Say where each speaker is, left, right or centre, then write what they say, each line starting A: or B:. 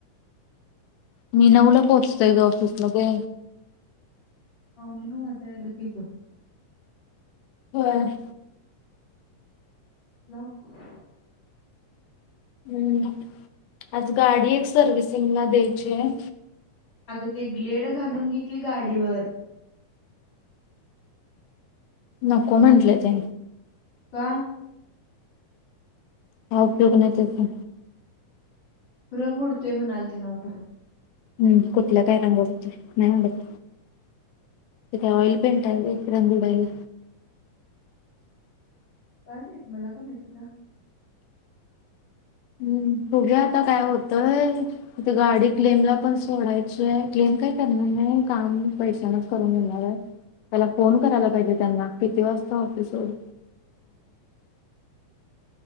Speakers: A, on the left; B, on the left.
A: मी नऊला पोहोचतोय ग ऑफिस मध्ये,
B: पाहुणेनऊ वाजाय आलं कि ग
A: होय.
B: लावूका
A: हम्म आज गाडी एक सर्व्हसिंगला द्यायची आहे.
B: अग ते ग्लेड घालून घे की गाडीवर
A: नको म्हटले ते
B: का
A: काही उपयोग नाही त्याचा
B: रंग उडतोय मनालती नव खर
A: हम्म कुठल्या काय रंग उडतय नाही उडत, त काय ऑइल पेंट आहे एक रंग उडायला,
B: काय माहित मला का माहती का,
A: हम्म बघूया आता काय होतय ते गाडी क्लेम ला पण सोडायचीय क्लेम, काय करणार नाही काम पैशनाच करून घेणार आहे. त्याला फोन करायला पाहिजे त्यांना किती वाजता ऑफिसवर,